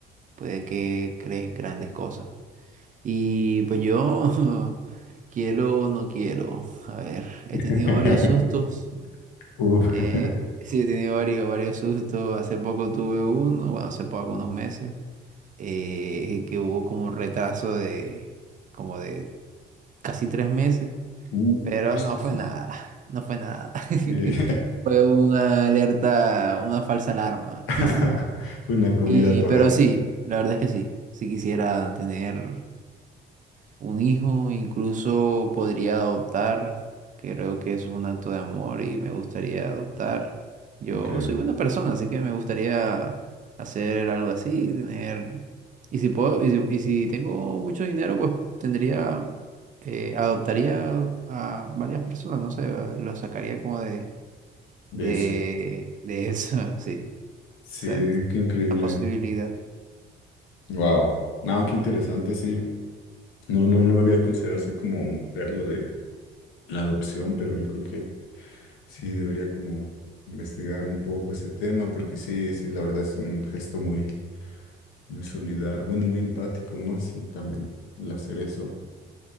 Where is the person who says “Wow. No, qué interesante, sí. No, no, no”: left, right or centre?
Left